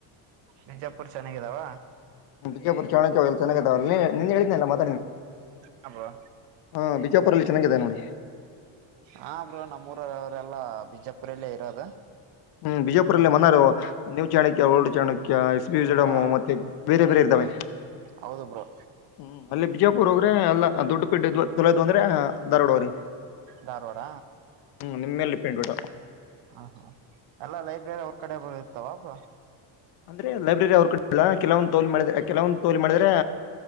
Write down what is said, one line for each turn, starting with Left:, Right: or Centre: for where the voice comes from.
Right: ಬಿಜಾಪುರ್ ಚೆನ್ನಾಗಿದಾವ
Left: ಬಿಜಾಪು ಚಾಣಲ್ಲ ಚೆನ್ನ ನಿ ಹೇಳಿದನಲ್ಲ ಮಾ
Right: ಹಾ ಬ್ರೋ
Left: ಹ ಬಿಜಾಪು ಪೂರಲ್ಲಿ ಚೆನ್ನಾಗಿದೆ ನೋಡಿ
Right: ಹಾ ಬ್ರೋ ನಮ್ಮೂರ ಅವರೆಲ್ಲಾ ಬಿಜಾಪುರಲ್ಲೇ ಇರೋದು
Left: ಹ್ಮ್ ಬಿಜಯಪುರಲ್ಲೇ ಮನಾರ ನೀವು ಚಾಣಕ್ಯ ಓಲ್ಡ್ ಚಾಣಕ್ಯ ಎಸ್ ಬಿಡಮು
Right: ಹಾ
Left: ಮತ್ತೆ ಬೇರೆ ಬೇರೆ ಇದ್ದಾವೆ
Right: ಹೌದು ಬ್ರೋ
Left: ಹ್ಮ ಅಲ್ಲೇ ಬಿಜಾಪುರ ಹೋಗ್ರೆ ಅಲ್ಲ ದುಡ್ಡು ಪಿಟ್ಟ ತೊಳದು ಅಂದ್ರೆ ದಾರ್ವಾಡವರಿ
Right: ಧಾರವಾಡ
Left: ನಿಮ್ಮೆಲ್ಲಿಪೆಂಟ್ ಊಟ
Right: ಹಾ ಹಾ ಎಲ್ಲ ಲೈಬ್ರರಿ ಹೊರ್ ಕಡೆ ಬ ಇರ್ತಾವ ಒಬ್
Left: ಅಂದ್ರೆ ಲೈಬ್ರರಿ ಅವ್ರ ಕಡೆ ಇಲ್ಲ ಕೆಲವೊಂದು ತೋಲಿ ಮಾಡಿದ್ರೆ ಕೆಲವೊಂದು ತೋಲಿ ಮಾಡಿದ್ರೆ